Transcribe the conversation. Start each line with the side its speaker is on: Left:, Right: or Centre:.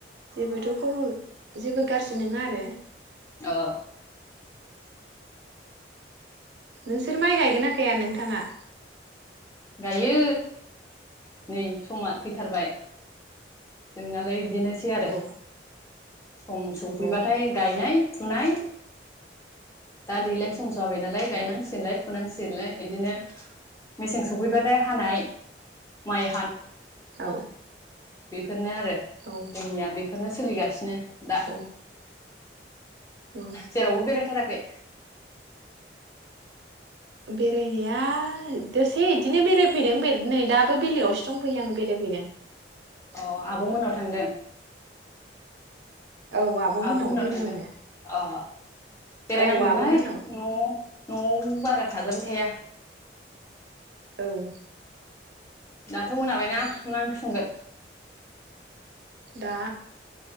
Right: अबोथ' खबर जेबो गारजि नोङा आरो।
Left: अ।
Right: नोंसोर माइ गायगोना गाया नोंथाङा?
Left: गायो नै समा फैथारबाय जोंनालाय बि। बिदिनोसै आरो
Right: औ
Left: सम सफैबाथाय
Right: औ
Left: गायनाय फुनाय दा दैलां सम जाबाय नालाय गायनांसिगोनलाय।
Right: औ
Left: लाय बि मसे <inaudible> सफैबाथाय हानाय माइ
Right: औ।
Left: बे बेफोरनो आरो
Right: औ
Left: जोंनिया बे बेनो सोलिगासिनो। दा
Right: औ। औ
Left: जेरावबो बेरायथाराखै? <inaudible>
Right: बेरायनाया दसे बिदिनो बेरायफैदों नै दाबो बेलायावसो दंफैयो आं बेरायफैदों।
Left: अ आब' मोननाव थांदों?
Right: औ आब'मोननावनो
Left: आब' मोननाव
Right: फैदों
Left: थांदों
Right: आङो
Left: अ बेरायनांगौबोहाय
Right: औ आब'मोननाव
Left: न' न'आव बारा थाजाबाय थाया।
Right: औ।
Left: दाथ' मोनाबायना? मा ओं संगोन?
Right: दा